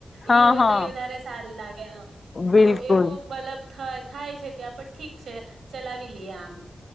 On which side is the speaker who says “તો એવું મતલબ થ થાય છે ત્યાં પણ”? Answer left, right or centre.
Right